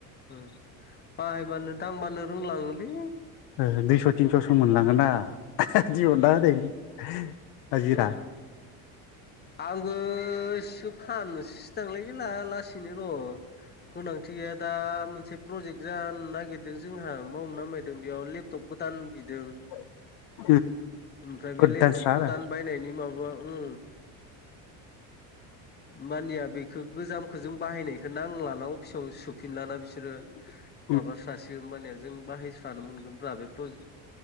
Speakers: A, on the left; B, on the left.
A: उम बाहायबानो दांबानो रोंलाङोलै
B: ओह दुइस' थिनस'सो मोनलांङोना दिहुनना
A: उम
B: होनायनि हाजिरा
A: उम आंबो इसो फाननोसैसो दांलै गैला लासैनो र' गोनांथि गैया दा मोनसे प्रजेक्ट जानो नागिरदों जोंहा मावनो नामायदों बेयाव लेप टप गोदान बिदों
B: <unintelligible>
A: ओमफ्राय
B: गोदानस्रा
A: बे लेपटप
B: आरो
A: गोदान बायनायनि माबा उम
B: <unintelligible>
A: मानिया बेखौ गोजामखो जों बाहायनायखौ नांलाना अफिसाव सुफिनलाना बिसोरो
B: <unintelligible>
A: माबा स्रासि होमबानिया जों बाहायस्रानो मोनगोनब बे प्रजे